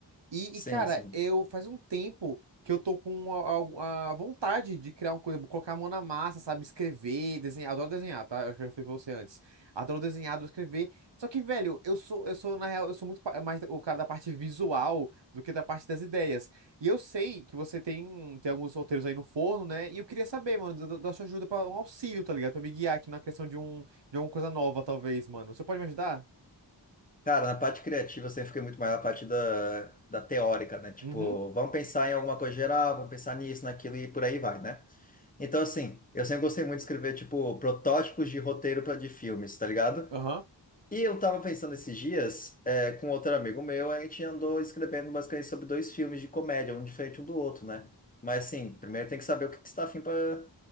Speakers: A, on the right; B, on the left.
A: E,
B: Sim,
A: e, cara,
B: sim.
A: eu faz um tempo que eu tô com a, a- a vontade de criar uma coisa, colocar a mão na massa, sabe? Escrever, desenhar. Adoro desenhar, tá? Eu acho que eu falei pra você antes. Adoro desenhar, adoro escrever. Só que, velho, eu sou, eu sou, na real, eu sou muito pa- mais o cara da parte visual do que da parte das ideias. E eu sei que você tem, tem alguns roteiros aí no forno, né? E eu queria saber, mano, da, da da sua ajuda pra um auxílio, tá ligado? Pra me guiar aqui na questão de um, de alguma coisa nova, talvez, mano. Você pode me ajudar?
B: Cara, na parte criativa eu sempre fiquei muito mais na parte da, da teórica, né? Tipo,
A: Uhum.
B: vamos pensar em alguma coisa geral, vamos pensar nisso, naquilo e por aí vai, né? Então, assim, eu sempre gostei muito de escrever, tipo, protótipos de roteiro pra, de filmes, tá ligado?
A: Aham.
B: E eu tava pensando esses dias, é, com outro amigo meu, a gente andou escrevendo basicamente sobre dois filmes de comédia, um diferente um do outro, né? Mas, assim, primeiro tem que saber o que que você tá afim pra,